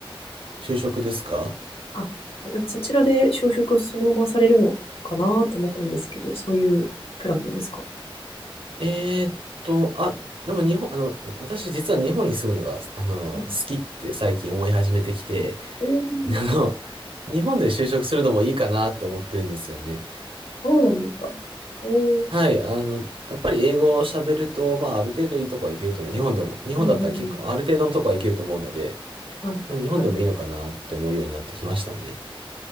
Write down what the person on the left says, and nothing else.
あ、はなんかそちらで就職をそのままされるのかなと思ったんですけど、そういうプランなんですか
うん、
うん
そうなんですかえー、
うんうん
うん。はい。
あ、